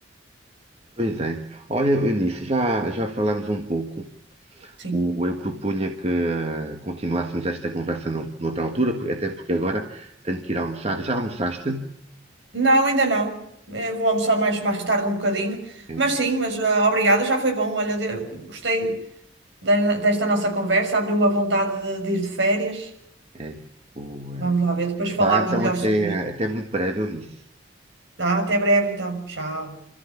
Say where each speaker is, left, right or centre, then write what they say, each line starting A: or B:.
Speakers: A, on the right; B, on the right.
A: Pois é. Olha, Eunice, já, já falámos um pouco.
B: Sim.
A: O- eu propunha que eh, continuássemos esta conversa num- noutra altura, porque- até porque agora tenho que ir almoçar. Já almoçaste?
B: Não, ainda não. Eh, vou almoçar mais, mais tarde um bocadinho.
A: É,
B: Mas sim, mas ah, obrigada, já foi bom. Olha, de- gostei de- desta nossa conversa, abriu uma vontade de, de ir de férias.
A: é. é, O, eh,
B: Vamos lá ver, depois
A: Vá,
B: falamos
A: então,
B: melhor
A: até,
B: sobre isto.
A: até muito breve, Eunice.
B: Tá? Até breve então. Tchau.